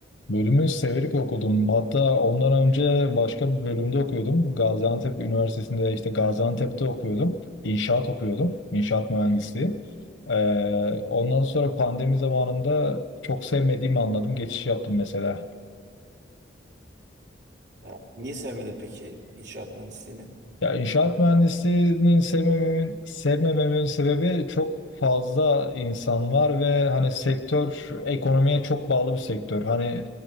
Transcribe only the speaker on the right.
Ya, niye sevmedin peki inşaat mühendisliğini?